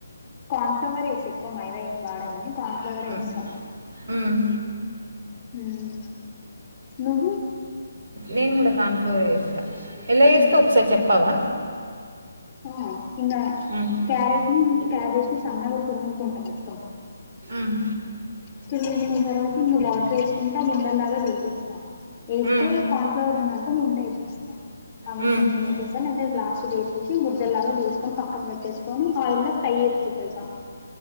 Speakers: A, on the left; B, on the right.
A: కాార్న్ ఫ్లవరే ఏస ఎక్కువ మైద ఏం వాడగాని కార్న్ ఫ్లవరే
B: మ్మ్
A: ఏస సం
B: మ్మ్
A: మ్ నువ్వు
B: నేను కూడా కార్న్ ఫ్లోరే ఏస్తా ఎలా ఏస్తవో
A: మ్మ్
B: ఒకసారి
A: హు
B: చెప్పావా
A: ఆ ఇంగా
B: మ్
A: క్యారెట్ ని ఇంటు క్యాబేజ్ ని సన్నగా తురుముకుంటం మొత్తం
B: మ్
A: తురుమకున్న తర్వాత ఇంక వాటర్ వేసుకుంటా ఉండల్లాగా చేసేస్తాం ఏస్తే
B: మ్
A: ఈ కార్న్ ఫ్లోర్ ఉందనుకో ముందు ఏ సేస్తాం ఆవి
B: మ్
A: కొంచెం ఏం చేస్తాంటే లాస్ట్ కి వేసేసి ముద్దల్లాగా చేసుకొని పక్కన పెట్టేసుకొని ఆయిల్ లో ఫ్రై ఏసుకుంటా ఇక